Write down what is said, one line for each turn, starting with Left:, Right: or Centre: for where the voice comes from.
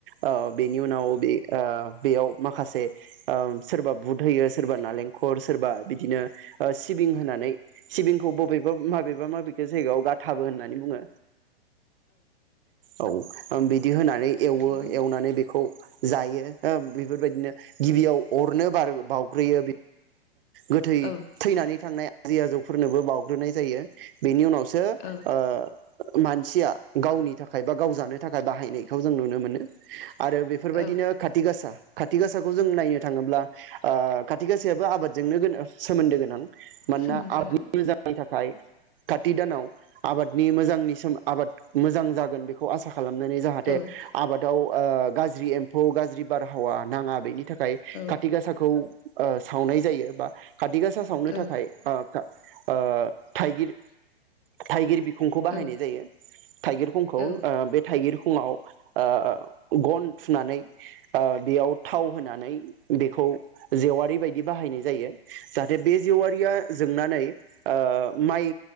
Right: ओ बेनि उनाव बे ओ बेयाव माखासे ओ सोरबा बुद होयो सोरबा नालेंखर सोरबा बिदिनो ओ सिबिं होनानै सिबिंखौ बबेबा माबेबा माबेबा जायगायाव गाथाबो होननानै बुङो औ ओम बिद दि होनानै एवो
Left: नंगौ
Right: एवनानै बेखौ जायो ओ बेफोरबायदिनो गिबियाव अरनो बार बावउग्रोयो गोथै
Left: औ
Right: थैनानै थांनाय आजै आजौफोरनोबो बाउग्रोनाय जायो बेनि उनावसो
Left: औ
Right: ओ मानसिया गावनि थाखाय बा गाव जानो थाखाय बाह हायनायखौ जों नुनो मोनो आरो बेफोरबायदिनो
Left: औ
Right: खाथि गासा खाथि गासाखौ जों नायनो थाङोब्ला ओ खाथि गाासायाबो आबादजोंनो गोनो सोमोन्दो गोनां मानोना
Left: सोमोन्दो
Right: आबादनि
Left: गोनां
Right: मोजांनि
Left: औ
Right: थाखाय खाथि दानाव आबादनि मोजांनि सोम आबाद मोजां जागोन बेखौ आसा खालामनानै जाहाथे
Left: औ
Right: आबादाव ओ गाज्रि एम्फौ गाज्रि बारहावा नाङा बेनि थाखाय
Left: औ
Right: खाथि गासाखौ ओ सावनाय जायो बा खाथि गासा सावनो
Left: औ
Right: थाखाय ओ खा ओ थाइगिर थाइगिर बिखंखौ बाहायनाय
Left: औ
Right: जायो थाइगिर खंखौ
Left: औ
Right: ओ बे थाइगिर खुङाव ओ गन थुनानै ओ बेयाव थाव होनानै बेखौ जेवारि बायदि बाहायनाय जायो जाहाथे बे जेवारिया जोंनानै ओ माइ